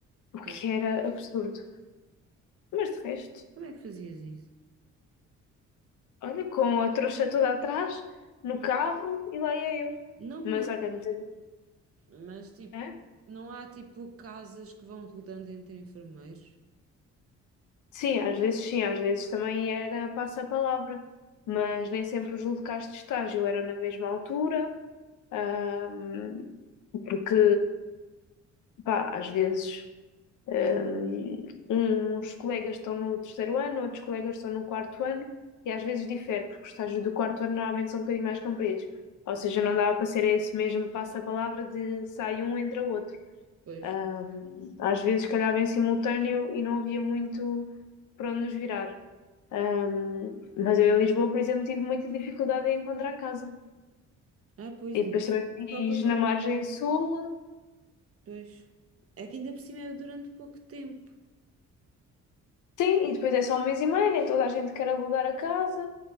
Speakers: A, on the left (about 80°); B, on the right (about 50°).
A: o
B: pois.
A: que era absurdo. Mas de resto,
B: Como é que fazias isso?
A: olha, com a trouxa toda atrás, no carro e lá ia eu.
B: Não me.
A: Mas olha, muitas
B: Mas tipo,
A: é?
B: não há tipo casas que vão rodando entre enfermeiros?
A: Sim, às vezes sim, às vezes também era passa-palavra, mas nem sempre os locais de estágio eram na mesma altura, ahm, porque, pá, às vezes Um, uns colegas estão no terceiro ano, outros colegas estão no quarto ano, e às vezes difere, porque os estágios do quarto ano normalmente são um bocadinho mais compridos. Ou seja, não dava para ser esse mesmo passa-palavra de sai um, entra outro.
B: Pois.
A: Um, às vezes calhava em simultâneo e não havia muito para onde nos virar. Um, mas eu em Lisboa, por exemplo, tive muita dificuldade em encontrar casa.
B: Ah, pois,
A: E
B: ainda
A: depois
B: por
A: também
B: cima
A: fiz
B: só para tão.
A: na margem sul,
B: Pois. É que ainda por cima é durante pouco tempo.
A: Sim, e depois é só um mês e meio, nem toda a gente quer alugar a casa.